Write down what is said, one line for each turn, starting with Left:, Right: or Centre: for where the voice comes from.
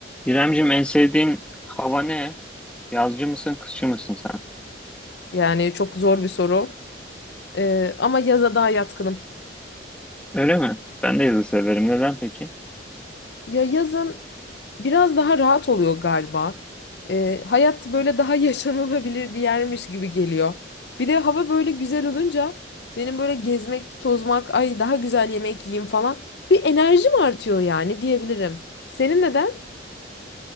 Centre: İremcim en sevdiğin hava ne? Yazcı mısın, kışçı mısın sen?
Left: Yani çok zor bir soru. Ee, ama yaza daha yatkınım.
Centre: Öyle mi? Ben de yazı severim. Neden peki?
Left: Ya yazın biraz daha rahat oluyor galiba. Ee, hayat böyle daha <laughs> yaşanılabilir bir yermiş gibi geliyor. Bir de hava böyle güzel olunca benim böyle gezmek, tozmak, ay daha güzel yemek yiyeyim falan bir enerjim artıyor yani diyebilirim. Senin neden?